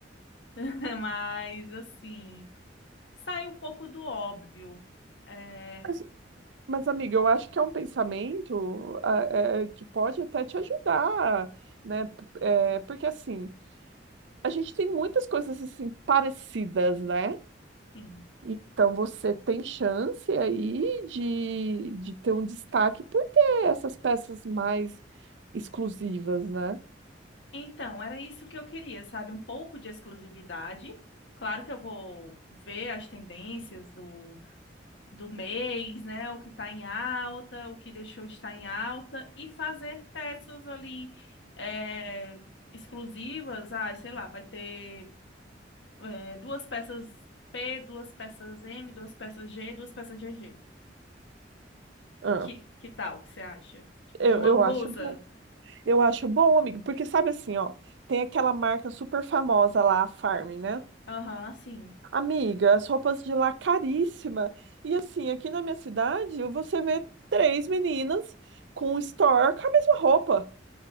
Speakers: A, on the left; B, on the right.
A: <laughs> mas, assim, sai um pouco do óbvio. É,
B: Mas, mas, amiga, eu acho que é um pensamento ah, eh, que pode até te ajudar, né? P- eh, porque assim, a gente tem muitas coisas assim parecidas, né?
A: sim.
B: Então você tem chance aí de, de ter um destaque por ter essas peças mais exclusivas, né?
A: Então, era isso que eu queria, sabe? Um pouco de exclusividade. Claro que eu vou ver as tendências do do mês, né? O que está em alta, o que deixou de estar em alta, e fazer peças ali é, exclusivas. Ah, sei lá, vai ter é, duas peças P, duas peças M, duas peças G, duas peças GG.
B: Ah,
A: Que, que tal? O que você acha? Tipo,
B: eu,
A: de uma
B: eu
A: blusa.
B: acho Eu acho bom, amigo, porque sabe assim, ó, tem aquela marca super famosa lá, a Farm, né?
A: Aham, sim.
B: Amiga, as roupas de lá caríssima. E assim, aqui na minha cidade, você vê três meninas com um store com a mesma roupa.